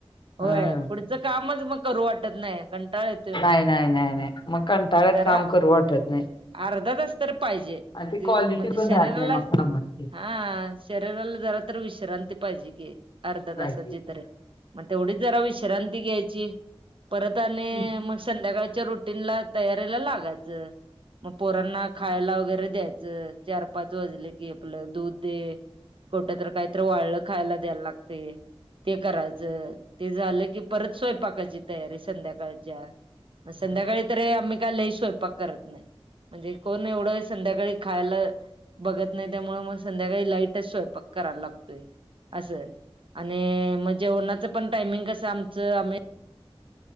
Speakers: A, on the left; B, on the right.
A: हम्म
B: होय पुढचं कामच मग करू वाटत नाही कंटाळा ये
A: नाही नाही नाही नाही मग कांटाळ्यात
B: जरा
A: काम करू वाटत नाही.
B: अर्धा तास तर पाहिजे.
A: आणि ती
B: जे
A: क्वालिटी
B: म्हणजे
A: पण
B: शरीराला
A: राहत नाही मग कामात ती
B: हा शरीराला जरा तर विश्रांती पाहिजे की अर्ध्या
A: पाहिजे
B: तासाची
A: ती
B: तरी. मग तेवढीच जरा विश्रांती घ्यायची परत आणि
A: हम्म.
B: मग संध्याकाळच्या रुटी. नला तयारीला लागायच मग पोरांना खायला वगैरे द्यायचं चार पाच वाजले की आपलं दूध दे कुठ तर. काहीतरी वाळलं खायला द्यायला लागतंय. ते करायचं ते झालं की परत स्वयंपाकाची तयारी संध्याकाळच्या. मग संध्याकाळी
A: होय,
B: तरी आम्ही काय लई स्वयंपाक करत. नाही म्हणजे कोण एवढं संध्याकाळी खायला. बघत नाही त्यामुळे मग संध्याकाळी लाईटच स्वयंपाक. करावा लागतोय अस आणि मग जेवणाच पण टायमिंग कस आमच आम्ही